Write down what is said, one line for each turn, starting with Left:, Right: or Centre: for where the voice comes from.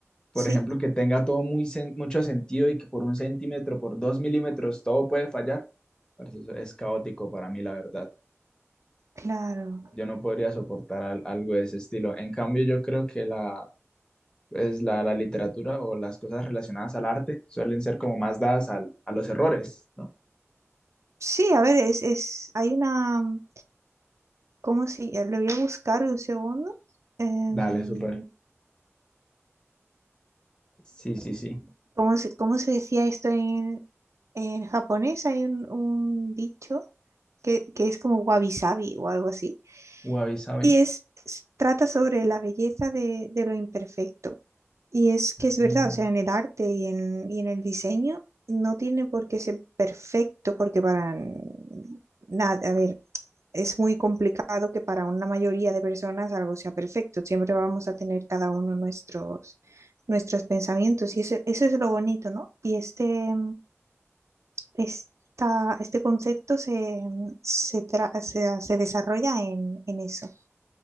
Right: sí,
Left: por ejemplo, que tenga todo muy sen- mucho sentido y que por un centímetro, por dos milímetros, todo puede fallar. parce, eso es caótico para mí, la verdad.
Right: claro.
Left: Yo no podría soportar al- algo de ese estilo. En cambio, yo creo que la, pues la, la literatura o las cosas relacionadas al arte suelen ser como más dadas al- a los errores, ¿no?
Right: Sí, a ver, es, es, hay una, mm, ¿cómo si, eh, lo voy a buscar un segundo. Em,
Left: Dale, súper. Sí, sí, sí.
Right: ¿cómo se, cómo se decía esto en, en japonés? Hay un, un dicho que, que es como wabi-sabi o algo así.
Left: Wabi sabi.
Right: Y es, s- trata sobre la belleza de, de lo imperfecto. Y es que
Left: Ujú.
Right: es verdad, o sea, en el arte y en, y en el diseño no tiene por qué ser perfecto, porque para n- nada, a ver, es muy complicado que para una mayoría de personas algo sea perfecto. Siempre vamos a tener cada uno nuestros, nuestros pensamientos. Y eso, eso es lo bonito, ¿no? Y este, esta, este concepto se, se, tra- se, se desarrolla en, en eso